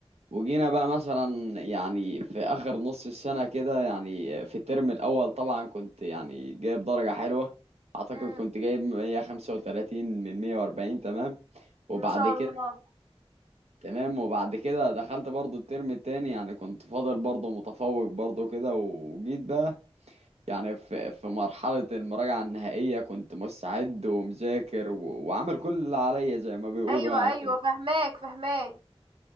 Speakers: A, on the right; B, on the right.
A: وجينا بقى مثلا يعني في آخر نص السنة كده يعني في الترم الأول طبعا كنت يعني جايب درجة حلوة أعتقد
B: امم
A: كنت جايب 135 من 140 تمام وبعد
B: ما شاء
A: كده
B: الله
A: تمام وبعد كده دخلت برضو الترم التاني يعني كنت فاضل برضو متفوق برضو كده وجيت بقى يعني في في مرحلة المراجعة النهائية كنت مستعد ومذاكر و- وعامل كل اللي عليا زي ما بيقولوا
B: ايوه
A: يعني
B: ايوه
A: كده
B: فهماك فهماك